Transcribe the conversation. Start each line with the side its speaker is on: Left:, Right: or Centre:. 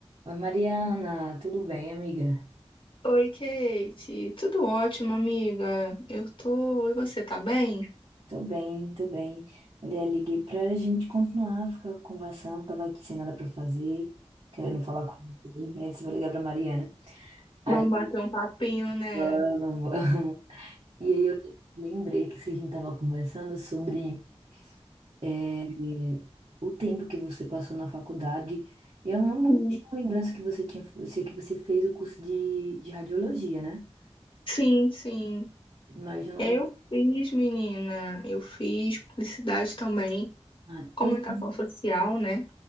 Right: Oi, Mariana, tudo bem, amiga?
Left: Oi, Kate. Tudo ótimo, amiga? Eu tô. E você, tá bem?
Right: Tô bem, tô bem. Olha, liguei pra gente continuar, ficar conversando. Tava aqui sem nada pra fazer, querendo falar com alguém. Aí disse, vou ligar pra Mariana. Aí,
Left: Vamos bater um papinho, né?
Right: vamos, <laughs> vamos. E aí eu lembrei que a gente tava conversando sobre eh, o tempo que você passou na faculdade. Eu não, não
Left: Hum.
Right: tinha lembrança que você tinha, eu sei que você fez o curso de, de radiologia, né?
Left: Sim, sim.
Right: Mas não.
Left: Eu fiz, menina. Eu fiz publicidade também,
Right: ah,
Left: comunicação
Right: pois. é.
Left: social, né?